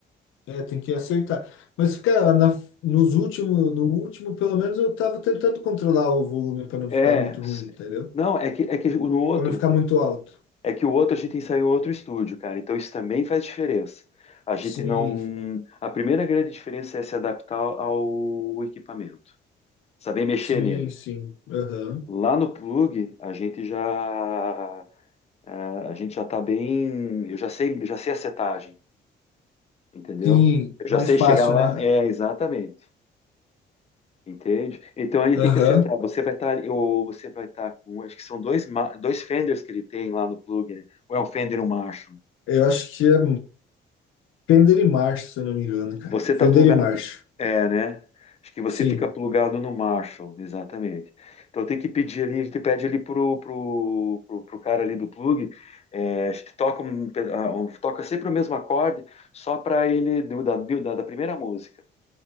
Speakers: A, on the left; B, on the left.
A: é, tem que acertar. Mas, cara, na, nos últimos, no último, pelo menos eu tava tentando controlar o volume para não
B: É,
A: ficar muito
B: s-
A: ruim, entendeu?
B: não, é que, é que no outro.
A: Para não ficar muito alto.
B: É que o outro a gente ensaiou em outro estúdio, cara. Então isso também faz diferença. A gente
A: Sim,
B: não. A primeira grande diferença é se adaptar ao equipamento, saber mexer
A: Sim,
B: nele.
A: sim. Aham.
B: Lá no plug, a gente já é, a gente já tá bem. Eu já sei, já sei a setagem, entendeu?
A: Sim,
B: Eu
A: mais
B: já sei
A: fácil,
B: chegar lá.
A: né?
B: É, exatamente. Entende? Então ele
A: Aham.
B: tem que acertar. Você vai estar, ou você vai estar com, acho que são dois, ma- dois fenders que ele tem lá no plug, né? Ou é um fender e um Marshall.
A: Eu acho que é Fender e March, se eu não me engano, cara.
B: Você está
A: Fender
B: plugado
A: e March.
B: É, né? Acho que você
A: Sim.
B: fica plugado no Marshall, exatamente. Então tem que pedir ali, a gente pede ali pro, pro, pro, pro cara ali do plug, é, a gente toca, um, pe- ah, um- toca sempre o mesmo acorde, só para ele, do- da, do- da, da primeira música,